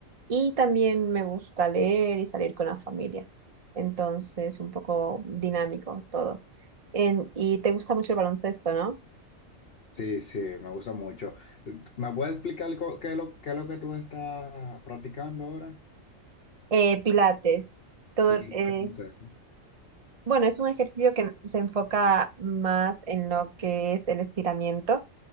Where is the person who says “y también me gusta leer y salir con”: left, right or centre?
Right